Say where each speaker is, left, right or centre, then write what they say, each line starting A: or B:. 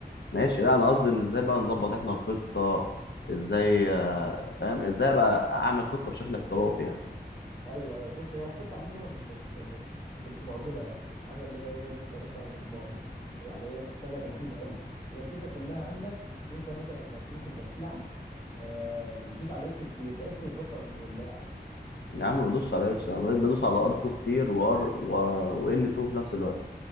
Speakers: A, on the left (about 80°); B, on the left (about 30°).
A: ماشي لا انا قصدي ان ازاي بقى نظبط احنا الخطه ازاي آه، فاهم ازاي بقى اعمل خطه بشكل احترافي يعني
B: ايوه ايوه بص هي الخطه عموما مش مش مش معضله يعني مش حاجه اللي هي ايه اللي انت مثلا م... م- يعني ايه محتاجه مجهود قوي هي الفكره كلها عندك انت مثلا لما بشوفك وانت بتلعب آه بتدوس على اكس كتير فاكس بتبطئ اللاعب
A: يا عم بدوس على اكس انا بقيت بدوس على ار 2 كتير وار و ال 2 في نفس الوقت